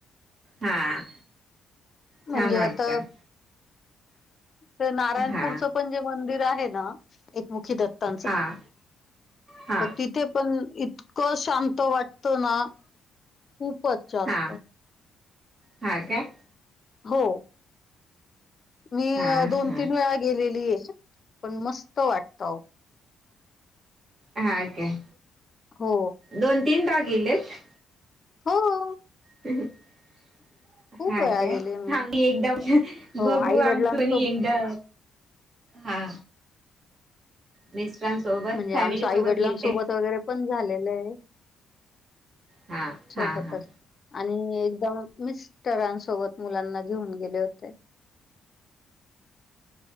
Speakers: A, on the right (about 40°); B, on the left (about 40°).
A: हां
B: म्हणजे
A: छान वाटतं.
B: आता ते नारायणपूरचं
A: हा
B: पण जे मंदिर आहे ना! एकमुखी द त्तांच
A: हा हा
B: तिथं ते पण इतकं शांत वाटतं ना खूपच जास्त.
A: हा हा काय!
B: हो मी
A: हा
B: अ दोन
A: हा
B: तीन वेळा गेलेली हे पण मस्त वाटतं. आहो
A: हा का?
B: हो
A: दोन तीनटा गेलेतं!
B: हो
A: हम्म हम
B: खूप
A: हां
B: वेळा
A: काय
B: गेले मी
A: आम्ही एकदा म्हणजे
B: हो
A: बघू
B: आई
A: आम्हीच
B: वडिलांसोब
A: पण एकदा हा मिस्टरांसोबत
B: म्हणजे
A: फॅमिली
B: आमचं आई
A: सोबत
B: वडिलांसोबत
A: गेलते.
B: वगैरे पण झालेलं आहे.
A: हा
B: सोबतच
A: हा हा
B: आणि एकदम मिस्टरांसोबत मुलांना घेऊन गेले होते.